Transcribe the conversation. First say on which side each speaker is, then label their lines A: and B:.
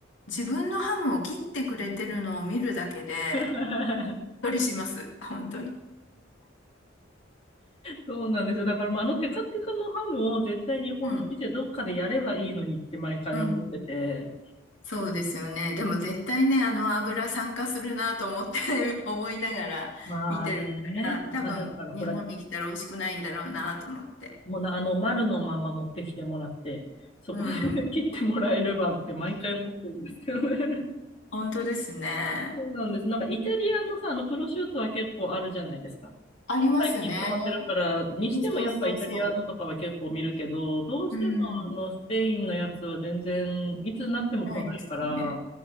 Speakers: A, on the left; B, on the left.
A: 自分のハムを切ってくれてるのを見るだけで、
B: <laughs>
A: りします。本当に。
B: そうなんですよ。だから、まあ、あのテカテカのハムを絶対日本の店どっかでやればいいのにって毎回思ってて。
A: うん、うん。そうですよね。でも絶対ね、あの油酸化するなと思って <laughs> 思いながら見てるから、
B: まあね。
A: 多分日本に来たら美味しくないんだろうなと思って。
B: まあ、だから、ほら、もうなあの丸のまま持ってきてもらって、そこで
A: うん。
B: <laughs> 切ってもらえればって毎回思ってるんですよね。
A: 本当ですね。
B: そうなんです。なんかイタリアのさ、あのプロシュートは結構あるじゃないですか。
A: ありますね。
B: 最近溜まってるから、にしてもやっぱイタリアのとかは結構見るけど、
A: そうそうそうそ
B: どうしてもあのスペインのやつは全然いつになっても来ないから、
A: う。うん。ないですよね。